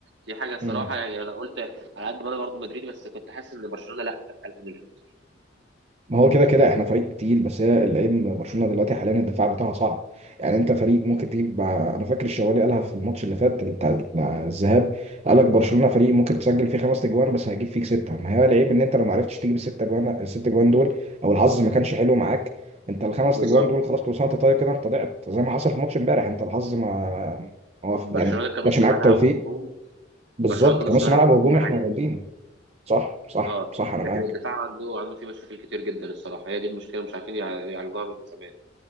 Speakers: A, on the right (about 65°); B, on the right (about 35°).
A: دي حاجه الصراحه
B: مم.
A: يعني انا قلت على قد ما انا برضه مدريدي بس كنت حاسس ان برشلونه لا اتقل من الانتر
B: ما هو كده كده احنا فريق تقيل بس هي العيب من برشلونه دلوقتي حاليا الدفاع بتاعها صعب يعني انت فريق ممكن تجيب انا فاكر الشوالي قالها في الماتش اللي فات بتاع الذهاب قال لك برشلونه فريق ممكن تسجل فيه خمس اجوان بس هيجيب فيك سته ما هي العيب ان انت لو ما عرفتش تجيب الست اجوان الست اجوان دول او الحظ ما كانش حلو معاك انت الخمس
A: بالظبط
B: اجوان دول خلاص كل سنه وانت طيب كده انت ضعت زي ما حصل في ماتش امبارح انت الحظ ما ما وف-
A: برشلونه
B: يعني ما
A: كنص
B: كانش معاك
A: ملعب
B: توفيق
A: وهجوم
B: بالظبط
A: برشلونه كنص
B: كنص
A: ملعب
B: ملعب
A: وهجوم
B: هجوم
A: عالي
B: احنا
A: جدا
B: جامدين صح صح
A: اه
B: صح انا معاك
A: لكن الدفاع عنده عنده فيه مشاكل كتير جدا الصراحه هي دي المشكله مش عارفين يع- يعالجوها من زمان